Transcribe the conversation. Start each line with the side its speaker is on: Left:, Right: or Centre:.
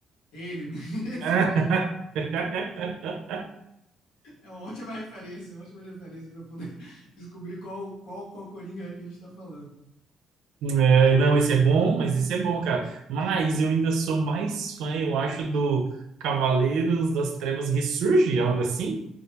Left: ele <laughs> mesmo,
Right: <laughs>
Left: ele mesmo. É uma ótima referência, é uma ótima referência pra eu poder <laughs> descobrir qual qual qual Coringa é que a gente tá falando.
Right: É, não, esse é bom, mas esse é bom, cara. Mas eu ainda sou mais fã, eu acho, do Cavaleiros das Trevas Ressurge, algo assim,